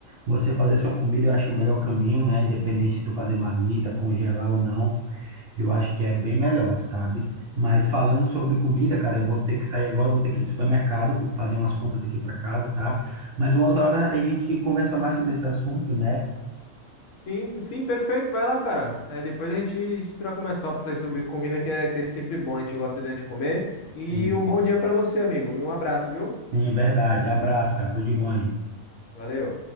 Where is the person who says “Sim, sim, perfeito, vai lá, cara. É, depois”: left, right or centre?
Left